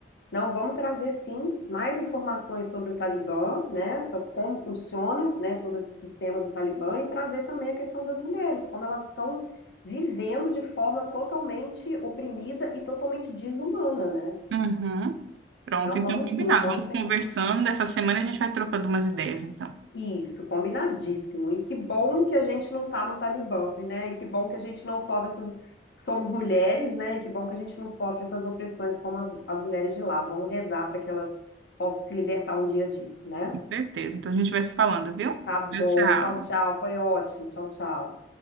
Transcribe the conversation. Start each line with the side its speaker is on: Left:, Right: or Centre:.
Left: Não, vamos trazer sim mais informações sobre o Talibã, né? Sobre como funciona, né, todo esse sistema do Talibã e trazer também a questão das mulheres, como elas estão vivendo de forma totalmente oprimida e totalmente desumana, né?
Right: Uhum. Pronto,
Left: Não,
Right: então
Left: vamos
Right: combinado.
Left: sim, vamos
Right: Vamos
Left: pensar.
Right: conversando. Essa semana a gente vai trocando umas ideias, então.
Left: Isso, combinadíssimo. E que bom que a gente não tá no Talibã, né? E que bom que a gente não sofre essas. Somos mulheres, né? E que bom que a gente não sofre essas opressões como as, as mulheres de lá. Vamos rezar para que elas possam se libertar um dia disso, né?
Right: Com certeza. Então a gente vai se falando, viu?
Left: Tá bom,
Right: Tchau, tchau.
Left: tchau, tchau. Foi ótimo. Tchau, tchau.